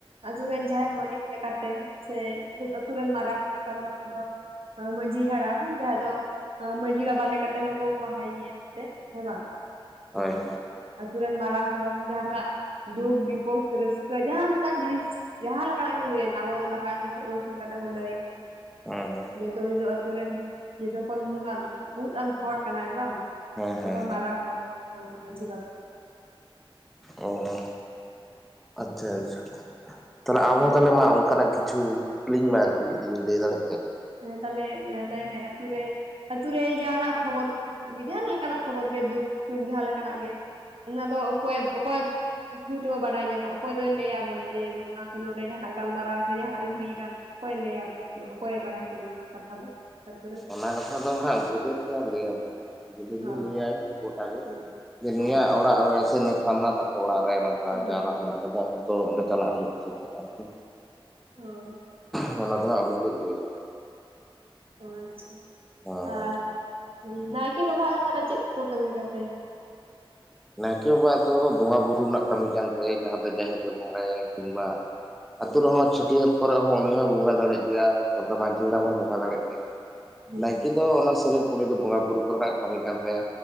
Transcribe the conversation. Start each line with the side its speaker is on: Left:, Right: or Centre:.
Right: ᱟᱛᱩ ᱨᱮᱱ ᱡᱟᱦᱟᱸᱭ ᱢᱟᱞᱤᱠ ᱞᱮᱠᱟᱛᱮ, ᱥᱮ ᱟᱛᱩ ᱨᱮᱱ ᱢᱟᱨᱟᱝ ᱦᱚᱲ ᱞᱮᱠᱟ ᱛᱮᱫᱚ ᱩᱱᱤ ᱫᱚ ᱢᱟᱺᱡᱷᱤ ᱦᱟᱲᱟᱢ ᱡᱟᱦᱟᱸ ᱫᱚ ᱢᱟᱺᱡᱷᱤ ᱵᱟᱵᱟ ᱞᱮᱠᱟᱛᱮ ᱦᱚᱸᱠᱚ ᱦᱚᱦᱚ ᱟᱭ ᱜᱮᱭᱟ ᱢᱮᱱᱛᱮ᱾ ᱦᱮᱸ ᱵᱟᱝ, ᱦᱮᱸ
Centre: ᱦᱳᱭ ᱦᱳᱭ
Right: ᱟᱛᱩ ᱨᱮᱱ ᱢᱟᱨᱟᱝ ᱦᱚᱲ ᱡᱟᱦᱟᱱᱟᱜ ᱫᱩᱠ ᱵᱤᱯᱳᱫ ᱨᱟᱹᱥᱠᱟᱹ ᱡᱟᱦᱟᱸᱱ ᱞᱮᱠᱟᱱ ᱡᱤᱱᱤᱥ ᱡᱟᱦᱟᱸ ᱞᱮᱠᱟᱱᱟᱜ ᱜᱮ ᱦᱩᱭᱮᱱ, ᱟᱵᱚ ᱞᱟᱦᱟ ᱩᱱᱤ ᱴᱷᱮᱱ ᱵᱚᱱ ᱥᱮᱱ ᱠᱟᱛᱮᱜ ᱵᱚᱱ ᱞᱟᱹᱭᱟ᱾
Centre: ᱦᱩᱸ ᱦᱩᱸ᱾
Right: ᱡᱮᱦᱮᱛᱩ ᱩᱱᱤ ᱫᱚ ᱟᱛᱩ‌ ᱨᱮᱱ ᱡᱷᱚᱛᱚ ᱠᱷᱚᱱ ᱢᱩᱬ ᱟᱱ, ᱢᱩᱲᱩᱫ ᱟᱱ ᱦᱚᱲ ᱠᱟᱱᱟᱭ ᱵᱟᱝ᱾
Centre: ᱦᱮᱸ
Right: ᱡᱷᱚᱛᱚ
Centre: ᱦᱮᱸ
Right: ᱠᱷᱚᱱ ᱢᱟᱨᱟᱝ ᱦᱚᱲ ᱢᱟᱺᱡᱷᱤ ᱵᱟᱵᱟ
Centre: ᱦᱚᱸ᱾ ᱟᱪᱪᱷᱟ ᱟᱪᱪᱷᱟ ᱛᱟᱦᱞᱮ
Right: ᱟᱪᱪᱷᱟ᱾
Centre: ᱟᱵᱚ ᱛᱟᱞᱦᱮ ᱢᱟ ᱚᱱᱠᱟᱱᱟᱜ ᱠᱤᱪᱷᱩ ᱡᱤᱞᱤᱧ ᱢᱮ ᱟᱨᱠᱤ ᱡᱤᱫᱤᱧ ᱞᱟᱹᱭ ᱫᱟᱲᱮᱜ ᱠᱷᱟᱡ᱾
Right: ᱛᱟᱦᱮᱞᱮ ᱱᱮᱰᱟᱭ ᱢᱮ ᱟᱹᱛᱩ ᱨᱮ᱾ ᱟᱛᱩ ᱨᱮ ᱡᱟᱦᱟᱱᱟᱜ ᱠᱷᱚᱵᱚᱨ, ᱡᱟᱦᱟ ᱞᱮᱠᱟᱱᱟᱜ ᱠᱷᱚᱵᱚᱨ ᱜᱮ ᱫᱩᱠ, ᱥᱩᱠ ᱡᱟᱦᱟᱸ ᱞᱮᱠᱟᱱᱟᱜ ᱜᱮ ᱚᱱᱟ ᱫᱚ ᱚᱠᱚᱭ ᱚᱠᱚᱭ ᱛᱷᱨᱩ ᱛᱮᱵᱚ ᱵᱟᱰᱟᱭ ᱧᱟᱢᱟ ᱚᱠᱚᱭ ᱫᱚᱭ ᱞᱟᱹᱭᱟ ᱟᱵᱚᱱᱟ ᱡᱮ, ᱱᱚᱣᱟ ᱥᱮ ᱱᱚᱰᱮ ᱡᱟᱦᱟᱱᱟᱜ ᱜᱟᱞᱢᱟᱨᱟᱣ ᱥᱮ ᱡᱟᱦᱟᱱᱟᱜ ᱜᱮ ᱦᱩᱭᱟᱠᱟᱱ ᱚᱠᱚᱭᱮ ᱞᱟᱹᱭᱟ? ᱚᱠᱚᱭᱮ ᱵᱟᱲᱟᱭ ᱦᱚᱪᱚ ᱵᱚᱱᱟ ᱚᱱᱟ ᱠᱟᱛᱷᱟ ᱫᱚ, ᱟᱹᱛᱩ ᱨᱮ᱾
Centre: ᱚᱱᱟ ᱠᱟᱛᱷᱟ ᱫᱚ ᱦᱟᱸᱜ ᱜᱚᱰᱮᱛ ᱮ ᱞᱟᱹᱭ ᱟᱵᱚᱱᱟᱭ ᱦᱟᱸᱜ᱾ ᱜᱩᱰᱤᱛ
Right: ᱦᱚᱸ
Centre: ᱜᱤ ᱞᱟᱹᱭᱟᱭ ᱜᱚᱴᱟᱜ ᱜᱮ
Right: ᱦᱩᱸ
Centre: ᱡᱮ,
Right: ᱦᱚᱸ
Centre: ᱱᱩᱭᱟᱜ ᱚᱲᱟᱜ ᱨᱮ ᱥᱮ, ᱱᱩᱭ ᱯᱷᱟᱱᱟ ᱛᱟᱠᱚ ᱚᱲᱟᱜ ᱨᱮ ᱱᱚᱝᱠᱟ ᱾
Right: ᱦᱚᱸ
Centre: ᱡᱟᱣᱨᱟ ᱦᱮᱱᱟᱜ ᱠᱟᱫᱟ ᱛᱚ ᱚᱰᱮ ᱪᱟᱞᱟᱣ ᱦᱩᱭᱩᱜ-ᱟ ᱥᱮ ᱪᱮᱫ ᱟᱨᱠᱤ?
Right: ᱦᱚᱸ
Centre: ᱛᱚ ᱚᱱᱟ ᱫᱚᱦᱟᱜ ᱩᱱᱤ ᱜᱤ ᱞᱮᱹᱭᱟᱭ ᱾
Right: ᱚ ᱟᱪᱪᱷᱟ
Centre: ᱦᱮᱸ
Right: ᱟᱨ
Centre: ᱦᱮᱸ
Right: ᱱᱟᱭᱠᱮ ᱵᱟᱵᱟ ᱟᱜ ᱛᱟᱦᱮᱞᱮ ᱪᱮᱫ ᱠᱚ ᱠᱟᱹᱢᱤ ᱠᱟᱱ ᱛᱟᱭᱟ?
Centre: ᱱᱟᱭᱠᱮ ᱵᱟᱵᱟ ᱟᱜ ᱫᱚ ᱵᱚᱸᱜᱟ ᱵᱩᱨᱩ ᱨᱮᱱᱟᱜ ᱠᱟᱹᱢᱤ ᱠᱟᱱ ᱛᱟᱭᱟ, ᱡᱟᱦᱟᱸ ᱫᱚ ᱡᱟᱦᱮᱨ ᱨᱮ ᱵᱚᱸᱜᱟᱭᱟᱭ ᱠᱤᱱᱵᱟ
Right: ᱦᱩᱸ
Centre: ᱟᱹᱛᱩ ᱨᱮᱦᱚᱸ ᱪᱷᱟᱹᱴᱭᱟᱹᱨ ᱠᱚᱨᱮ ᱦᱚᱸ ᱩᱱᱤ ᱦᱚᱸᱭ ᱵᱚᱸᱜᱟ ᱫᱟᱲᱮᱜ ᱜᱮᱭᱟ᱾ ᱛᱟᱨᱯᱚᱨᱮ ᱢᱟᱹᱡᱷᱤ ᱦᱟᱲᱟᱢ ᱦᱚᱸᱭ ᱵᱚᱸᱜᱟ ᱫᱟᱲᱮᱜ ᱜᱮᱭᱟ᱾
Right: ᱦᱩᱸ
Centre: ᱱᱟᱭᱠᱮ ᱫᱚ ᱚᱱᱟ ᱥᱨᱮᱯ ᱩᱱᱤ ᱫᱚ ᱵᱚᱸᱜᱟᱼᱵᱩᱨᱩ ᱠᱚ ᱨᱮᱱᱟᱜ ᱠᱟᱹᱢᱤ ᱠᱟᱱ ᱛᱟᱭᱟ᱾